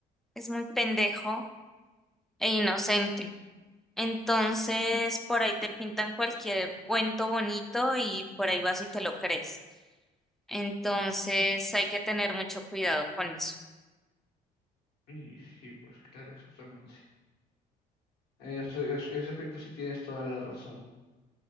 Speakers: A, in the centre; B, on the left.
A: es muy pendejo e inocente. Entonces, por ahí te pintan cualquier cuento bonito y por ahí vas y te lo crees. Entonces, hay que tener mucho cuidado con eso.
B: Y sí, pues claro, exactamente. En ese, es- en ese aspecto sí tienes toda la razón.